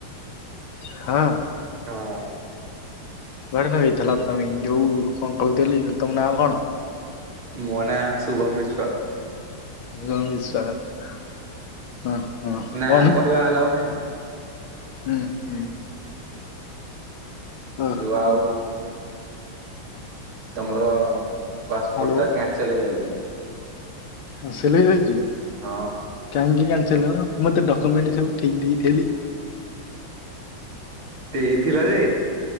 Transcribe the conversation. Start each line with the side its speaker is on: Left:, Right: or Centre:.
Left: ହଁ
Right: ହଁ
Left: କୁଆଡେ ନଗେଇଥିଲ, ତମେ ଯୋଉ କଣ କହୁଥିଲି, ତମ ନାଁ କଣ?
Right: ମୋ ନା ଶୁଭମ ବିଶ୍ୱାଳ।
Left: ଶୁଭମ ବିଶ୍ୱାଳ। ହଁ
Right: ନା
Left: କଣ
Right: କହିବା ଆଲାଉ ନାହିଁ।
Left: ହୁଁ ହୁଁ। ଓହୋ
Right: ଯୋ ଆଉ ତମର ପାସପୋର୍ଟ
Left: ହ୍ୟାଲୋ
Right: ଟା କ୍ୟାନସେଲ୍ ହେଇଯାଇଛି।
Left: ହଁ ସିଲେଇ ହେଇଛି।
Right: ହଁ।
Left: କେମିତି କ୍ୟାନସେଲ୍ ହେଲା ମୁଁ ତ ଡକ୍ୟୁମେଣ୍ଟ୍ ସବୁ ଠିକ୍ ଠିକ୍ ଦେଲି।
Right: ଦେଇଥିଲ ଯେ